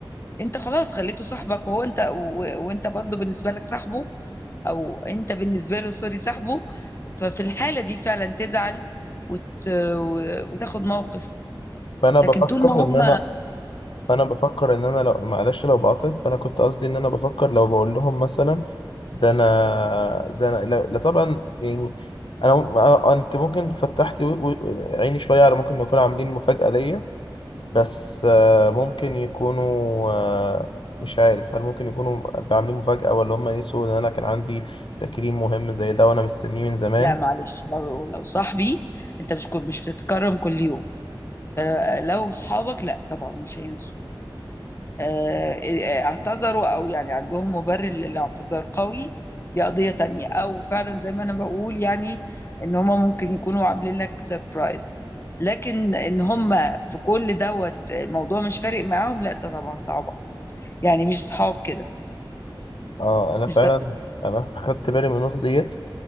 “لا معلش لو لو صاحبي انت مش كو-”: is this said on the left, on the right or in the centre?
Left